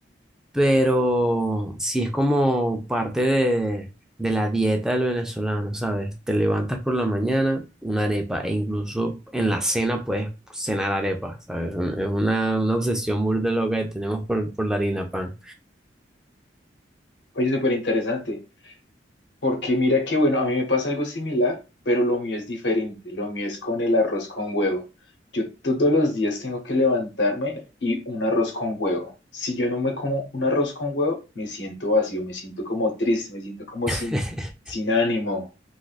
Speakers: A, in the centre; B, on the left.
A: pero sí es como parte de, de la dieta del venezolano, ¿sabes? Te levantas por la mañana, una arepa, e incluso en la cena puedes cenar arepa, ¿sabes? Es una, una obsesión burda loca que tenemos por, por la harina pan.
B: Oye, súper interesante. Porque mira que, bueno, a mí me pasa algo similar, pero lo mío es diferente. Lo mío es con el arroz con huevo. Yo todos los días tengo que levantarme y un arroz con huevo. Si yo no me como un arroz con huevo, me siento vacío, me siento como triste, me siento como
A: <laughs>
B: sin, sin ánimo.